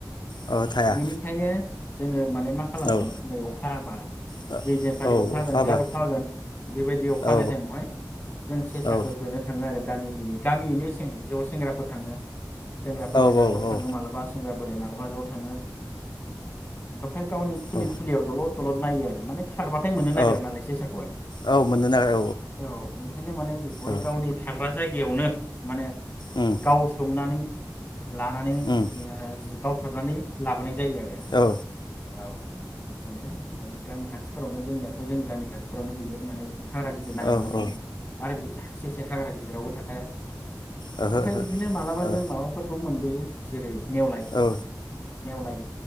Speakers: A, on the left (about 80°); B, on the left (about 25°).
A: औ औ थाया
B: बिनिखायनो जोङो माने मा खालामोन
A: औ
B: नै अखा हाबा
A: ओ औ अखा
B: जैजोखालि अखा होगोन
A: हाबा
B: बिराद अखा होगोन बेबायदि अखा
A: औ
B: हानाय टाइमावहाय जों सेसाखौ
A: औ
B: होनो थाङो आरो गामि <unintelligible> गामियैनो सें ज' सेंग्राफोर थाङो सेंग्राफोर
A: औ
B: गोजा
A: ओ
B: ज' थाङो
A: ओ
B: मालाबा सेंग्रा बोराइ मालाबा ज' थाङो गोफाय गावनि खुलि
A: औ
B: खुलिआव दलद दलद नायो आरो माने खारबाथाय मोननो
A: औ
B: नागिरा नालाय सेसाखौहाय।
A: औ मोननो नागिरा
B: औ ओंखायनो माने बेखौहाय
A: औ
B: गावनि थाग्रा जायगायावनो माने
A: उम
B: गाव सोमनानै लानानै
A: उम
B: ला जि गावथारनानै लाब बोनाय जायो आरो
A: औ
B: औ बिदिनो ओमफाय गामि खाथिफोरावनो जोंनियाथ' जोंनि गामि खाथि फ्रावनो हैयो माने हाग्रा गिदिर नाङा
A: औ
B: नालाय
A: औ
B: बेनो आरो बे सेसाया हाग्रा गिदिरावबो थाखाया।
A: ओहो
B: ओमफाय
A: ओहो
B: बिदिनो मालाबा
A: ओ
B: जों माबाफोरखौ मोनबोयो जेरै नेवलाय
A: औ
B: नेवलाय